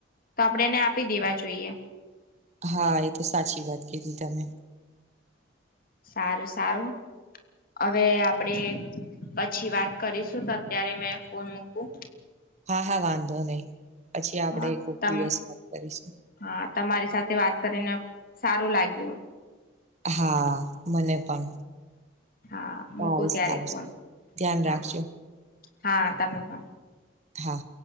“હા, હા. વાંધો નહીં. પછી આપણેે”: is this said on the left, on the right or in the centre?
Right